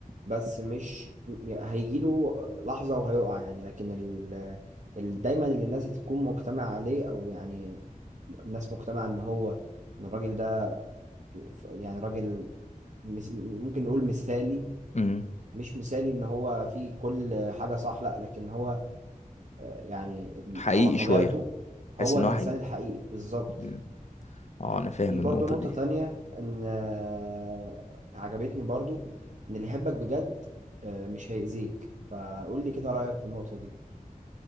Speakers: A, on the right; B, on the left.
A: بس مش م- هيجيله لحظة وهيقع يعني لكن ال... ال... دايما اللي الناس هتكون مجتمع عليه أو يعني الناس مجتمعة إن هو إن الراجل ده ف- يعني راجل مس... ممكن نقول مثالي
B: امم
A: مش مثالي إن هو فيه كل حاجة صح لأ لكن هو آه، يعني
B: حقيقي
A: على طبيعته
B: شوية تحس
A: هو
B: ان
A: الإنسان
B: هو حقيقي
A: الحقيقي بالظبط
B: مم. اه انا فاهم
A: في برضو
B: النقطة
A: نقطة
B: دي
A: تانية إن آه، عجبتني برضو إن اللي يحبك بجد آه، مش هيأذيك فقول لي كده رأيك في النقطة دي